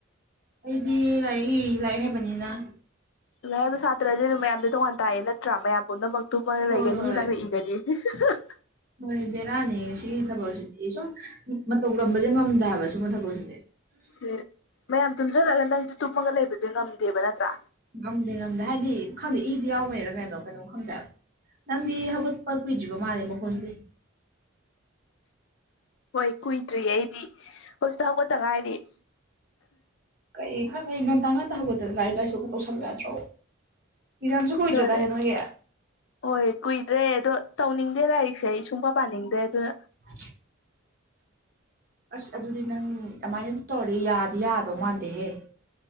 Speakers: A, on the right (about 45°); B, on the left (about 65°).
A: ꯑꯩꯗꯤ ꯂꯥꯏꯔꯤꯛ ꯏꯔꯤ ꯂꯥꯏꯔꯤꯛ ꯍꯩꯕꯅꯤꯅ
B: ꯂꯥꯏꯔꯤꯛ ꯍꯩꯕ ꯁꯥꯇ꯭ꯔꯗꯤ ꯑꯗꯨꯝ ꯃꯌꯥꯝꯗꯤ ꯇꯣꯉꯥꯟ ꯇꯥꯏꯌꯦ ꯅꯠꯇ꯭ꯔꯥ ꯃꯌꯥꯝ ꯄꯨꯝꯅꯃꯛ ꯇꯨꯝꯃꯒ
A: ꯍꯣꯏ
B: ꯂꯩꯒꯅꯤ
A: ꯍꯣꯏ
B: ꯅꯪꯅꯥ ꯏꯒꯅꯤ <unintelligible>
A: ꯍꯣꯏ ꯕꯦꯔꯥꯅꯤ ꯁꯤꯒꯤ ꯊꯕꯛꯁꯤꯗꯤ ꯁꯨꯝ ꯃꯇꯧ ꯇꯝꯕꯁꯦ ꯉꯝꯗꯦ ꯍꯥꯏꯕ ꯁꯨꯝꯕ ꯊꯕꯛꯁꯤꯗꯤ
B: ꯎꯝ ꯃꯌꯥꯝ ꯇꯨꯝꯁꯤꯜꯂꯒ ꯅꯪꯗꯤ ꯇꯨꯝꯃꯒ ꯂꯩꯕꯗꯤ ꯉꯝꯗꯦꯕ ꯅꯠꯇ꯭ꯔꯥ
A: ꯉꯝꯗꯦ ꯉꯝꯗꯦ ꯍꯥꯏꯗꯤ ꯈꯪꯗꯦ ꯏꯗꯤ ꯌꯥꯎꯕꯩꯔ ꯀꯩꯅꯣ ꯀꯩꯅꯣꯝ ꯈꯪꯗꯦꯕ ꯅꯪꯗꯤ ꯍꯧꯒꯠꯄ ꯀꯨꯏꯗ꯭ꯔꯤꯕ ꯃꯥꯜꯂꯦ ꯃꯈꯣꯟꯁꯦ
B: ꯍꯣꯏ ꯀꯨꯏꯗ꯭ꯔꯤꯌꯦ ꯑꯩꯗꯤ ꯍꯧꯖꯤꯛꯇ ꯍꯧꯒꯠꯇ ꯉꯥꯢꯔꯤꯌꯦ
A: ꯀꯩ ꯈꯔ ꯀꯩ ꯉꯟꯇꯥ ꯉꯟꯇꯥ ꯍꯧꯒꯠꯇꯥꯅ ꯂꯥꯏꯔꯤꯛ ꯂꯥꯏꯁꯨ ꯈꯔ ꯇꯧꯁꯜꯂꯨ ꯌꯥꯗ꯭ꯔꯣ ꯌꯦꯛꯖꯥꯝꯁꯨ ꯀꯨꯏꯗ꯭ꯔꯥꯗꯥꯢꯅꯦ
B: ꯑꯗꯨꯅꯦ
A: ꯅꯣꯏꯒꯤ
B: ꯍꯣꯏ ꯀꯨꯏꯗ꯭ꯔꯦ ꯑꯗꯣ ꯇꯧꯅꯤꯡꯗꯦ ꯂꯥꯏꯔꯤꯛꯁꯦ ꯑꯩ ꯁꯨꯡꯄ ꯄꯥꯅꯤꯡꯗꯦ ꯑꯗꯨꯅ
A: <unintelligible> ꯑꯁ ꯑꯗꯨꯗꯤ ꯅꯪ ꯑꯗꯨꯃꯥꯏꯅ ꯇꯧꯔꯗꯤ ꯅꯪ ꯌꯥꯗꯤ ꯌꯥꯗꯧ ꯃꯥꯟꯗꯦꯍꯦ